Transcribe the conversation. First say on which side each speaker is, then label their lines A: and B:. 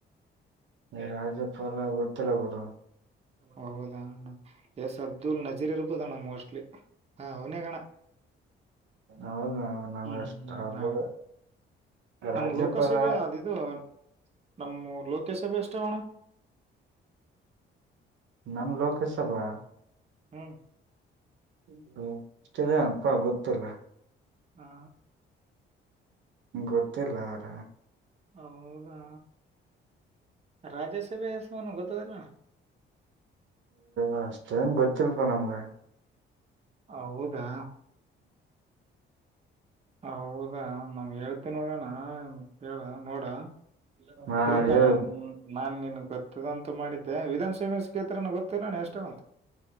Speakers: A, on the right (about 70°); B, on the right (about 30°).
A: ನೀ ರಾಜಪ್ಪಲ್ಲ ಗೊತ್ತಿಲ್ಲ ಬುರು
B: ಹೌದಾ್ಣ ಎಸ್ ಅಬ್ದುಲ್ ನಜೀರ್ರ್ಬದಣ ಮೋಸ್ಟ್ಲಿ ಹಾ ಅವನೇ ಕಣ
A: ಹೌದು ನಮ್ಗೆ
B: ಹ್ಮ್
A: ಅಷ್ಟ
B: ಹ್ಮ್
A: ಅದ್ರ
B: ಅವನ
A: ರಾಜ್ಯಪಾಲ
B: ನಮ್ ಲೋಕಸಭೆ ಅದುಿದು ನಮ್ಮೂ ಲೋಕಸಭೆ ಎಷ್ಟಾವಣ
A: ನಮ್ ಲೋಕಸಭಾ
B: ಹ್ಮ್
A: ಇಷ್ಟ ಅಪ್ಪಾ ಗೊತ್ತಲ್ಲ
B: ಹಾ
A: ಗಟ್ಟೆ ಲಾರ
B: ಹೌದಾ ರಾಜ್ಯಸಭೆ ಹೆಸಾನ ಗೊತ್ತದಿಲ್ಲಣ್ಣ
A: ಅಷ್ಟೇನ್ ಗೊತ್ತಿಲ್ಪಾ ನಮ್ಗೆ
B: ಹೌದಾ ಹೌದ ಈಗ ನಮ್ ಹೇಳ್ತನೋಡಣ ಕೇಳ ನೋಡ ಇಲ್ಲ
A: ಹಾ
B: ತಿಕಣ
A: ಹೇಳ
B: ನಾನ್ ನೀನ್ ಗೊತ್ತದಂತ ಮಾಡಿದ್ದೆ ವಿಧಾನಸಭೆ ಕ್ಷೇತ್ರನ ಗೊತ್ತಿಲ್ಲಣ ಎಷ್ಟ ಅಂತು